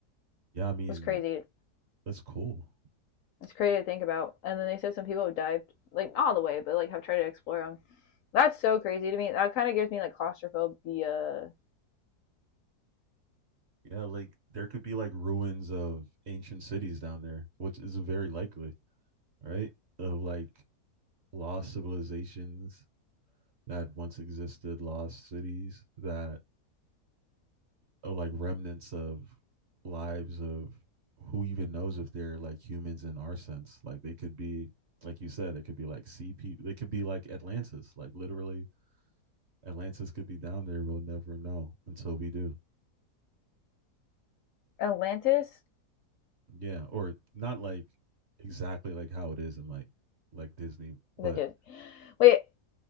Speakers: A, on the right; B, on the left.
A: Yeah. I mean,
B: It's crazy.
A: that's cool.
B: It's crazy to think about. And then they said some people have dived like not all the way, but like have tried to explore them. That's so crazy to me. That kind of gives me like claustrophobia.
A: Yeah, like there could be like ruins of ancient cities down there, which is very likely. right? Of like lost civilizations that once existed, lost cities that are like remnants of lives of who even knows if they're like humans in our sense. Like they could be, like you said, it could be like sea people. They could be like Atlantis. Like literally, Atlantis could be down there. We'll never know until we do.
B: Atlantis?
A: Yeah, or not like exactly like how it is in like like Disney, but
B: The Dis- Wait,